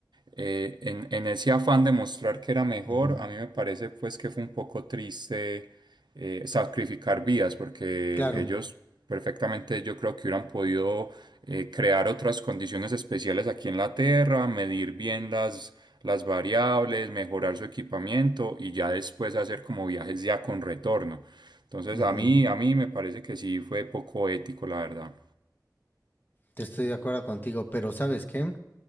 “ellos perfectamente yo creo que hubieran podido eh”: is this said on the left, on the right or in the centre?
Right